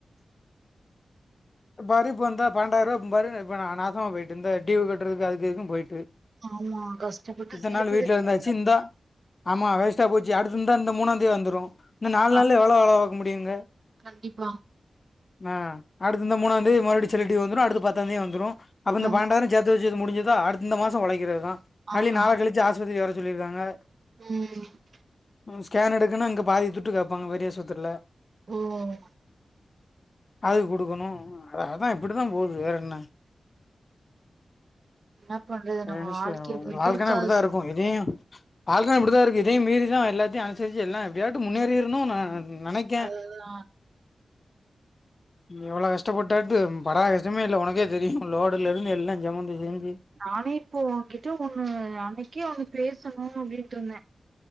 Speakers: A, on the right; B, on the left.
A: <inaudible>
B: பாறி இப்போ இந்தா பண்டாயிரரூவா பாரு இப்ப நா நாசமா போயிட்டு இந்த டிவு கட்டுறதுக்கு அதுக்கு இதுக்கு போயி்ட்டு
A: ஆமா கஷ்டப்பட்டு
B: இத்த
A: சேத்தது
B: நாள் வீட்லருந்தாச்சு
A: வேஸ்டா
B: இந்தா ஆமா வேஸ்ட போச்சு அடுத்து இந்த இந்த மூணாந்தேதி வந்துடு இந்த நால்
A: ஆ
B: நாள்ள எவ்ளோ வேல பாக்க முடியுங்க
A: கண்டிப்பா
B: ஆஹ் அடுத்தந்த மூணாந்தேதி மறுடி செல்லடி வந்துடு அடுடத்து பத்தாந்தேதி வந்துடு அப்போ இந்த
A: ஆமா
B: பன்னெண்டாயிரோ சேத்து வச்சது முடிஞ்சதா அடுத்து இந்த மாசம் உழைக்கிறதுதா
A: ஆ
B: அழி
A: ஆ
B: நாள கழிச்சு ஆஸ்பத்திரி வர சொல்லிருக்காங்க <unintelligible>
A: ம்
B: ம் ஸ்கேன் எடுக்குன்னா இங்க பாதி துட்டு கேப்பாங்க பெரியா சுத்துல
A: ம்
B: அதுக் குடுக்கணு அதா இப்புடிதா போது வேறஎன்ன
A: என்ன பண்றது
B: நெனச்ச
A: நம்ம வாழ்க்கை மிடில்
B: வால்கண்ணா
A: கிளாஸ்
B: அப்புடித்தாருக்கு இதயு வால்க்க இப்புடிதாருக்கு இதயு மீறிதா எல்லாத்தையு அனுசரிச்சு எல்லா எப்டியாட்டு முன்னேறி நெற்ணு நெனைக்
A: அததா
B: எவ்வளோ கஷ்டப்பட்டாட்டு படா கஷ்டமே இல்ல ஒனக்கே தெரியு லோடுலருந்து எல்லா ஜமந்து செஞ்சு
A: நானே இப்போ ஓங்கிட்ட ஒன்னு அன்னக்கே ஒன்னு பேசணு அப்டின்ட்ருந்தே